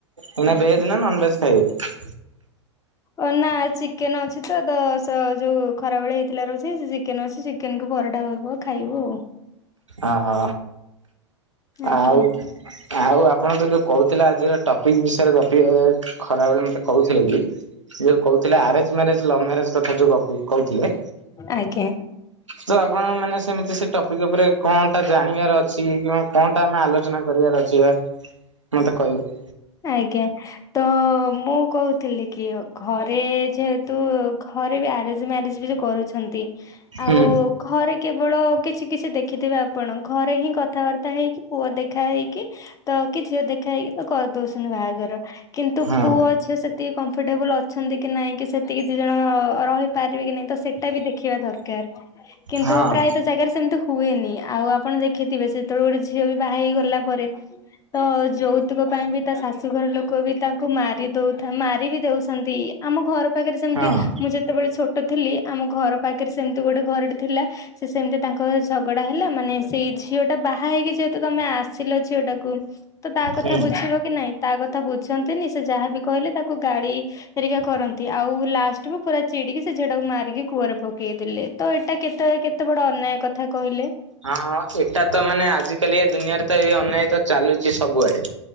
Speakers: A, on the right; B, on the left.
A: ଏଇନା
B: ଆଜ୍ଞା।
A: ଭେଜ୍ ନନ୍ ଭେଜ୍ ଖାଇବ?
B: ଓ ନା ଚିକେନ ଅଛି ତ ସ ଯୋଉ ଖରାବେଳେ ହେଇଥିଲା ରୋଷଇ ସେ ଚିକେନ ଅଛି ଚି କେନ୍ କୁ ପରଟା ହବ ଖାଇବୁ ଆଉ।
A: ଅ ହ।
B: ଆଜ୍ଞା
A: ଆଉ ଆଉ ଆପଣ ତ ଯୋଉ କହୁଥିଲେ ଆଜିର ଟପିକ ବିଷୟରେ ଗପିବ ଖରାବେଳେ ମତେ କହୁଥିଲେ ବି। ଯୋଉ କହୁଥିଲେ ଆରେଞ୍ଜ ମ୍ୟାରେଜ ଲଭ୍ ମ୍ୟାରେଜ କଥା ଗ ଯୋଉ କହୁଥିଲେ।
B: ଆଜ୍ଞା।
A: ତ ଆପଣ ମାନେ ସେମିତି ସେ ଟପିକ ଉପରେ କଣଟା ଜାଣିବାର ଅଛି କିମ୍ବା କଣଟା ଆମେ ଆଲୋଚନା କରିବାର ଅଛି ମତେ କହିବେ।
B: ଆଜ୍ଞା ତ ମୁଁ କହୁଥିଲି କି ଘରେ ଯେହେତୁ ଘରେ ବି ଆରେଞ୍ଜ ମ୍ୟାରେଜ ବି ଯଉ କରୁଛନ୍ତି
A: ହୁଁ
B: ଆଉ ଘରେ କେବଳ କିଛି କିଛି ଦେଖିଥିବେ ଆପଣ ଘରେ ହିଁ କଥାବାର୍ତ୍ତା ହେଇକି ପୁଅ ଦେଖା ହେଇକି ତ କି ଝିଅ ଦେଖା ହେଇକି ତ କରି ଦଉଚନ୍ତି ବାହାଘର। କିନ୍ତୁ
A: ହଁ
B: ପୁଅ ଝିଅ ସେତିକି କମ୍ଫର୍ଟେବୁଲ୍ ଅଛନ୍ତି କି ନାଇଁ କି ସେ ଏତିକି ଦି ଜଣ ରହିପାରିବେ କି ନାଇଁ ତ ସେଟା ବି ଦେଖିବା ଦରକାର। କିନ୍ତୁ
A: ହଁ।
B: ପ୍ରାୟତ ଜାଗାରେ ସେମତି ହୁଏନି ଆଉ ଆପଣ ଦେଖିଥିବେ ସେତେବେଳେ ଗୋଟେ ଝିଅ ବି ବାହା ହେଇଗଲା ପରେ ତ ଯୌତୁକ ପାଇଁ ବି ତା ଶାଶୁଘର ଲୋକ ବି ତାଙ୍କୁ ମାରି ଦଉଥା ମାରି ବିି ଦଉଚନ୍ତି ଆମ ଘର ପାଖରେ ସେମତି
A: ହଁ
B: ମୁଁ ଯେତେବେଳେ ଛୋଟ ଥିଲି ଆମ ଘର ପାଖରେ ସେମିତି ଗୋଟେ ଘରଟି ଥିଲା ସେ ସେମିତି ତାଙ୍କ ଘରେ ଝଗଡା ହେଲା ମାନେ ସେଇ ଝିଅ ଟା ବାହା ହେଇକି ଯେହେତୁ ତମେ ଆସ ଆସିଲ ଝିଅଟାକୁ ତ ତା କଥା
A: ହୁଁ।
B: ବୁଝିବ କି ନାଇଁ। ତା କଥା ବୁଝନ୍ତିନି ସେ ଯାହାବି କହିଲେ ତାକୁ ଗାଳି ହେରିକା କରନ୍ତି ଆଉ ଲାଷ୍ଟ କୁ ପୁରା ଚିଡିକି ସେ ଝିଅଟାକୁ ମାରିକି କୂଅରେ ପକେଇ ଦେଲେ। ତ ଏଇଟା କେତେ କେତେ ବଡ ଅନ୍ୟାୟ କଥା କହିଲେ?
A: ହଁଁ ଏଟାତ ମାନେ ଆଜିକାଲି ଏ ଦୁନିଆରେ ତ ଏଇ ଅନ୍ୟାୟ ତ ଚାଲୁଚି ସବୁଆଡେ